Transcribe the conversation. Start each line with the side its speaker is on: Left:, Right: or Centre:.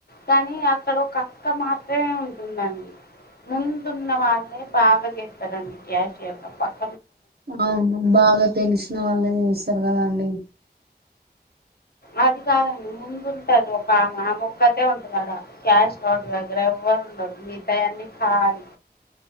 Left: కానీ అక్కడ ఒక అక్క మాత్రమే ఉంటుందండి. ముందున్న వాల్లె బాగ ఏస్తారండి క్యాశ్వల్ గా పక్
Right: అవును బాగా తెలిసిన వాళ్ళే చేస్తారు కదా అండి.
Left: అది కాదండి ముందు ఉంటది ఒక ఆమ ఆమొక్కతే ఉంటందడా క్యాష్ కౌంటర్ దగ్గర ఎవరుండరు మీతాయన్ని కాలి